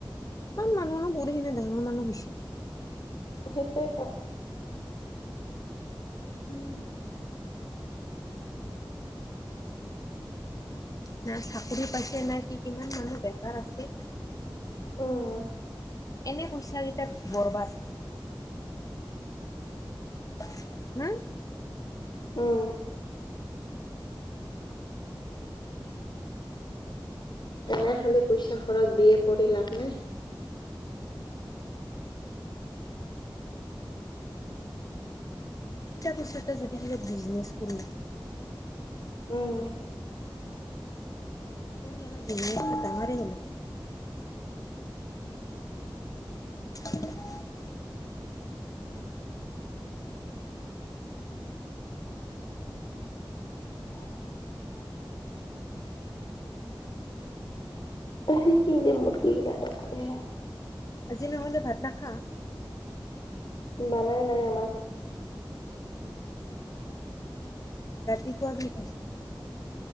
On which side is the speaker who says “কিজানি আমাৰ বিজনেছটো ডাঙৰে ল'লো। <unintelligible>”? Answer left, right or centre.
Left